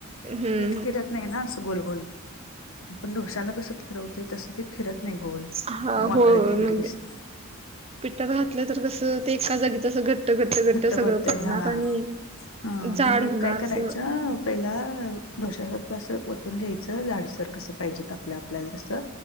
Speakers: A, on the right (about 30°); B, on the left (about 75°).
A: हम्म
B: पीठ फिरत नाही ना असं गोल गोल आपण डोशाला कसं फिरवतंय तसं ते फिरत नाही गोल.
A: हा
B: वाकडे
A: हो होय
B: तिकडे
A: म्हणजे
B: दिसते
A: पिठात घातलं तर कस ते एका जागीच. जसं घट्ट घट्ट घट्ट
B: भरतय
A: सगळं पडणार
B: हा
A: आणि
B: हा मग
A: जाड
B: हे
A: होणार
B: काय करायचं
A: असं.
B: पहिला दशासारखसं वतून घ्यायचं जाडसर कसं पाहिजे आपलं आपल्याला तसं.